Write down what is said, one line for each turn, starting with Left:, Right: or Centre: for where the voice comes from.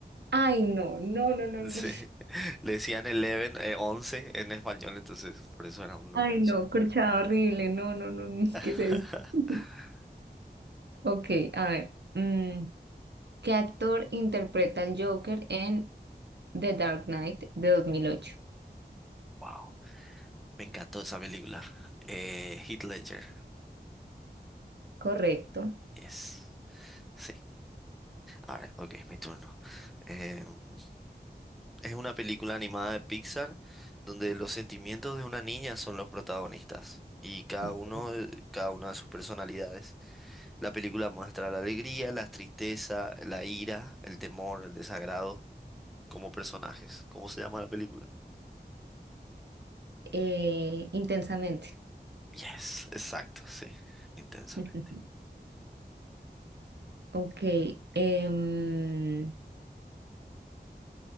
Right: Ay, no, no, no, no, no.
Centre: Sí. <laughs> Le decían 11, eh, 11 en español, entonces por eso era un número.
Right: Ay, no, corchada horrible. No, no, no, no.
Centre: <laughs>
Right: ¿Qué es esto? <laughs> Ok, a ver. mm, ¿qué actor interpreta al Joker en The Dark Knight de dos mil ocho?
Centre: Wow. Me encantó esa película. Eh, Heath Ledger.
Right: Correcto.
Centre: Yes. Sí. A ver, ok, mi turno. Em, Es una película animada de Pixar donde los sentimientos de una niña son los protagonistas y cada
Right: Ok.
Centre: uno, de- cada una de sus personalidades. La película muestra la alegría, la tristeza, la ira, el temor, el desagrado como personajes. ¿Cómo se llama la película?
Right: Eh, intensamente.
Centre: Yes, exacto, sí, intensamente.
Right: <laughs> Ok. em,